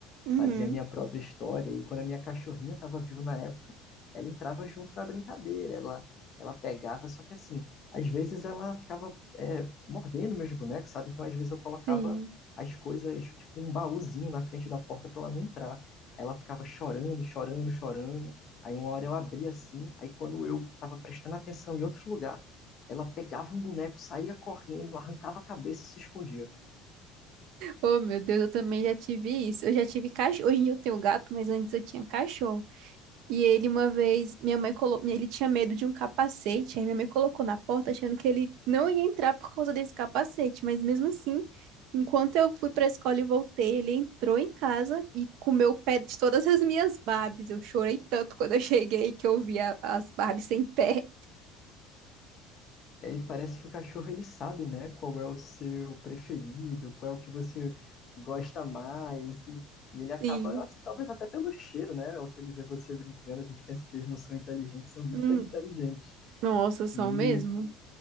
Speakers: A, on the right; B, on the left.
A: Uhum.
B: fazia a minha própria história. E quando a minha cachorrinha estava viva na época, ela entrava junto na brincadeira, ela, ela pegava. Só que assim, às vezes ela ficava é, mordendo meus bonecos, sabe? Então às vezes eu colocava
A: Sim.
B: as coisas, tipo um baúzinho na frente da porta para ela não entrar. Aí ela ficava chorando, chorando, chorando. Aí uma hora eu abria assim, aí quando eu estava prestando atenção em outro lugar, ela pegava um boneco, saía correndo, arrancava a cabeça e se escondia.
A: Oh, meu Deus, eu também já tive isso. Eu já tive cachorro. Hoje em dia eu tenho gato, mas antes eu tinha cachorro. E ele uma vez, minha mãe colocou, ele tinha medo de um capacete, aí minha mãe colocou na porta achando que ele não ia entrar por causa desse capacete, mas mesmo assim, enquanto eu fui para a escola e voltei, ele entrou em casa e comeu o pé de todas as minhas Barbies. Eu chorei tanto quando eu cheguei que eu vi a- as Barbies sem pé.
B: E aí parece que o cachorro ele sabe, né, qual é o seu preferido, qual é o que você gosta mais. E, e ele acaba,
A: Sim.
B: eu acho, talvez até pelo cheiro, né? é O que ele vê você brincando, a gente pensa que eles não são inteligentes, são hiper
A: Hum,
B: inteligentes.
A: nossa, são
B: E
A: mesmo?